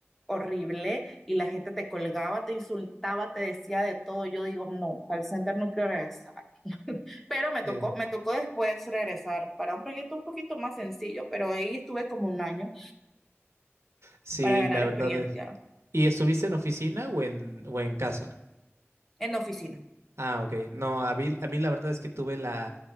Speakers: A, in the centre; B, on the right.
A: horrible, y la gente te colgaba, te insultaba, te decía de todo. Yo digo, no, al center no quiero regresar. <laughs> Pero me
B: sí.
A: tocó, me tocó después regresar para un proyecto un poquito más sencillo, pero ahí estuve como un año
B: Sí,
A: para ganar
B: la verdad
A: experiencia
B: es. ¿Y estuviste en oficina o en, o en casa?
A: en la oficina.
B: Ah, ok. No, a mí, a mí la verdad es que tuve la,